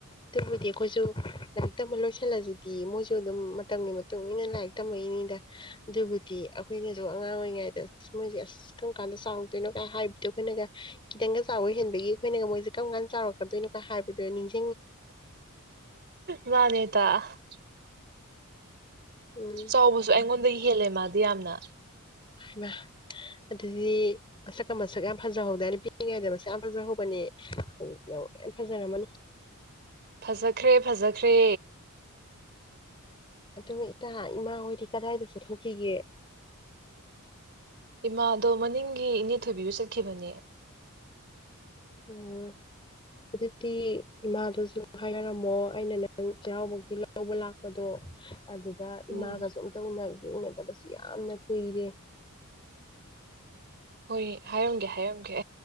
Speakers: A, on the left; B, on the right.
A: ꯑꯗꯨꯕꯨꯗꯤ ꯑꯩꯈꯣꯏꯁꯨ ꯂꯥꯏꯔꯤꯛ ꯇꯝꯕ ꯂꯣꯏꯁꯤꯜꯂꯁꯤꯗꯤ ꯃꯣꯏꯁꯨ ꯑꯗꯨꯝ ꯃꯇꯝꯒꯤ ꯃꯇꯨꯡ ꯏꯟꯅ ꯂꯥꯏꯔꯤꯛ ꯇꯝꯃꯛꯏꯅꯤꯗ ꯑꯗꯨꯕꯨꯗꯤ ꯑꯩꯈꯣꯏꯅꯁꯨ ꯑꯉꯥꯡ ꯑꯣꯏꯔꯤꯉꯩꯗ ꯑꯁ ꯃꯣꯏꯁꯦ ꯑꯁ ꯀꯔꯝ ꯀꯥꯟꯗ ꯆꯥꯎꯗꯣꯏꯅꯣꯒ ꯍꯥꯏꯕꯗꯣ ꯑꯩꯈꯣꯏꯅꯒ ꯈꯤꯇꯪꯒ ꯆꯥꯎꯕ ꯍꯦꯟꯕꯒꯤ ꯑꯩꯈꯣꯏꯅꯒ ꯃꯣꯏꯁꯦ ꯀꯔꯝ ꯀꯥꯟꯗ ꯆꯥꯎꯔꯛꯀꯗꯣꯏꯅꯣ ꯀ ꯍꯥꯏꯕꯗꯣ ꯅꯤꯡꯖꯤꯡ
B: ꯃꯥꯅꯦ ꯏꯇꯥ <unintelligible>
A: ꯎꯝ
B: ꯆꯥꯎꯕꯁꯨ ꯑꯩꯉꯣꯟꯗꯩꯩ ꯍꯦꯜꯂꯦ ꯃꯥ ꯗꯤ ꯌꯥꯝꯅ
A: ꯍꯥꯏꯃꯥ ꯑꯗꯨꯗꯤ ꯃꯁꯛꯀ ꯃꯁꯛ ꯌꯥꯝ ꯐꯖꯍꯧꯗꯥꯏꯅꯦ ꯄꯤꯛꯏꯉꯩꯗ ꯃꯁꯛ ꯌꯥꯝ ꯐꯖꯍꯧꯕꯅꯦ ꯌꯥꯝ ꯐꯖꯔꯝꯃꯅꯤ
B: ꯐꯖꯈ꯭ꯔꯦ ꯐꯖꯈ꯭ꯔꯦ
A: ꯑꯗꯨꯝ ꯏꯇꯥ ꯏꯃꯥ ꯍꯣꯏꯗꯤ ꯀꯗꯥꯏꯗ ꯆꯠꯊꯣꯛꯄꯤꯒꯦ
B: ꯏꯃꯥꯗꯣ ꯃꯅꯤꯡꯒꯤ ꯏꯅꯦ ꯊꯣꯏꯕꯤꯗ ꯆꯠꯈꯤꯕꯅꯦ
A: ꯑꯣ ꯑꯗꯨꯗꯤ ꯏꯃꯥꯗꯁꯨ ꯍꯥꯏꯔꯝꯃꯣ ꯑꯩꯅ ꯅꯪ ꯆꯩꯔꯥꯎꯕꯒꯤ ꯂꯧꯕ ꯂꯥꯛꯄꯗꯣ ꯑꯗꯨꯗ ꯏꯃꯥꯒꯁꯨ
B: ꯎꯝ
A: ꯑꯝꯇ ꯎꯅ ꯎꯅꯗꯕꯁꯨ ꯌꯥꯝꯅ ꯀꯨꯏꯔꯦ
B: ꯍꯣꯏ ꯍꯥꯏꯔꯝꯒꯦ ꯍꯥꯏꯔꯝꯒꯦ